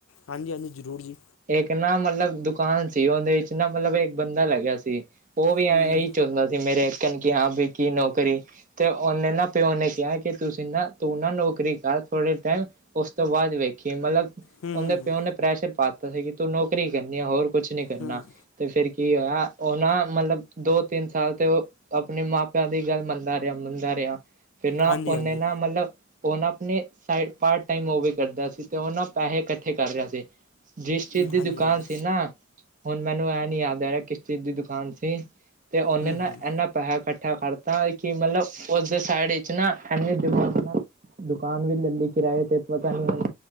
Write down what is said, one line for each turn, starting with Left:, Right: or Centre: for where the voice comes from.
Left: ਹਾਂਜੀ, ਹਾਂਜੀ, ਜ਼ਰੂਰ ਜੀ।
Right: ਇੱਕ ਨਾ ਮਤਲਬ ਦੁਕਾਨ ਸੀ ਉਹਦੇ ਵਿੱਚ ਨਾ ਮਤਲਬ ਇੱਕ ਬੰਦਾ ਲੱਗਿਆ ਸੀ। ਉਹ ਵੀ ਇਹੀ
Left: ਹੂੰ
Right: ਚਾਹੁੰਦਾ ਸੀ ਮੇਰੇ ਇੱਕਨ ਕਿ ਹਾਂ ਵੀ ਕੀ ਨੌਕਰੀ ਤੇ ਓਨੇ ਨਾ ਪਿਓ ਨੇ ਕਿਹਾ ਕਿ ਤੁਸੀਂ ਨਾ ਤੂੰ ਨਾ ਨੌਕਰੀ ਕਰ ਥੋੜੇ ਟਾਈਮ ਉਸ ਤੋਂ ਬਾਅਦ ਵੇਖੀਏ ਮਤਲਬ ਉਹਦੇ
Left: ਹੂੰ ਹੂੰ
Right: ਪਿਓ ਨੇ ਪ੍ਰੈਸ਼ਰ ਪਾ ਦਿੱਤਾ ਸੀ ਕਿ ਤੂੰ ਨੌਕਰੀ ਕਰਨੀ ਹੈ ਹੋਰ ਕੁਛ ਨੀ ਕਰਨਾ
Left: ਹੂੰ
Right: ਤੇ ਫਿਰ ਕੀ ਹੋਇਆ ਉਹ ਨਾ ਮਤਲਬ ਦੋ ਤਿੰਨ ਸਾਲ ਤੇ ਉਹ ਆਪਣੇ ਮਾਂ ਪਿਓ ਦੀ ਗੱਲ ਮੰਨਦਾ ਰਿਹਾ ਮੰਨਦਾ ਰਿਹਾ ਫਿਰ ਨਾ
Left: ਹਾਂਜੀ
Right: ਉਹਨੇ
Left: ਹਾਂਜੀ
Right: ਨਾ ਮਤਲਬ ਓ ਨਾਂ ਅਪਨੇ ਸਾਈਡ ਪਾਰਟ ਟਾਈਮ ਓਵੀ ਕਰਦਾ ਸੀ, ਤੇ ਓ ਨਾਂ ਪੈਹੇ ਇਕੱਠੇ ਕਰ ਰੇਆ ਸੀ। ਜਿਸ ਚੀਜ਼
Left: ਹੂੰ
Right: ਦੀ
Left: ਹਾਂਜੀ
Right: ਦੁਕਾਨ
Left: ਹਾਂਜੀ
Right: ਸੀ ਨਾ ਹੁਣ ਮੈਨੂੰ ਇਹ ਨੀ ਯਾਦ ਆ ਰਿਹਾ ਕਿਸ ਚੀਜ਼ ਦੀ ਦੁਕਾਨ ਸੀ ਤੇ ਉਹਨੇ
Left: ਹੂੰ
Right: ਨਾ
Left: ਹੂੰ
Right: ਇਹਨਾਂ। ਪੈਹਾ ਇਕੱਠਾ ਕਾਰਤਾ ਕਿ ਮਲਬ ਉਸਦੇ ਸਾਈਡ ਇੱਚ ਨਾ, ਐਨੀ ਦਿਮਾਗ ਨਾਲ ਦੁਕਾਨ ਵੀ ਲੈਲੀ ਕਿਰਾਏ ਤੇ ਪਤਾ ਨੀ ਹੁਣ